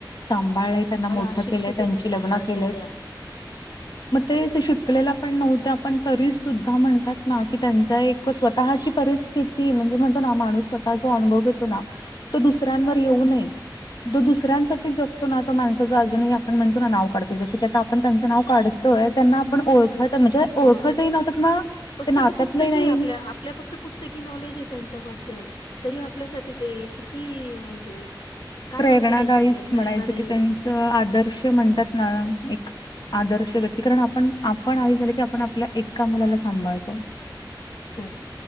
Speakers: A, on the left; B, on the left.
A: सांभाळले त्यांना
B: बरं
A: मोठं
B: अशिक्षित
A: केलंय त्यांची
B: होत्या त्या
A: लग्न
B: काळच्या
A: केलंय
B: त्या
A: मग ते असे शिकलेला पण नव्हत्या आपण तरी सुद्धा म्हणतात ना की त्यांचा एक स्वतःची परिस्थिती म्हणजे म्हणतो ना माणूस स्वतः जो अनुभव येतो ना तो दुसऱ्यांवर येऊ नये दो दुसऱ्यांसाठी जगतो ना तो माणसाचचा अजूनही आपण म्हणतो ना नाव काढतो जसं की आता आपण त्यांचं नाव काढतोय त्यांना आपण
B: मग
A: ओळखत म्हणजे ओळखतही
B: ओळखत
A: नव्हतो किंवा
B: पुस्तक
A: ते नात्यातलंही
B: पुस्तकी
A: नाही
B: आपल्या आपल्या त पुस्तकी नॉलेज आहे त्यांच्याबद्दल तरी आपल्यासाठी ते किती म्हणजे काय
A: प्रेरणादायीच
B: वाटतं त्यांच्याबद्दल प्रेरणादायी
A: म्हणायचं की त्यांच आदर्श म्हणतात ना एक आदर्श व्यक्ती कारण आपण आपण आ झाले की आपण आपल्या एका मुलाला सांभाळतो
B: अच् हा